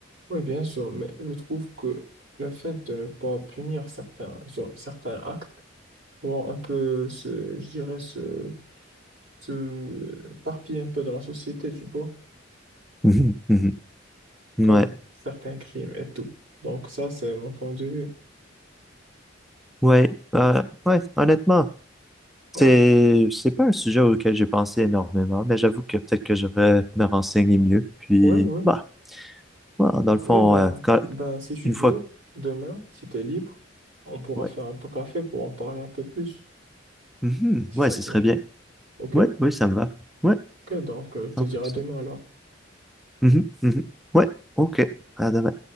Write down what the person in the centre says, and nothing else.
Mhm, mhm.
Ouais,
ouais, euh, ouais, honnêtement, c'est,
c'est pas un sujet auquel j'ai pensé énormément, mais j'avoue que peut-être que je devrais me renseigner mieux. Puis,
bah, ouais,
dans le fond,
euh, quand-
une
fois, que-
ouais,
Mhm,
ouais,
ce
serait
bien.
Ouais, oui, ça me va. Ouais,
cent
pour cent.
Mhm, mhm. Ouais, ok, à demain.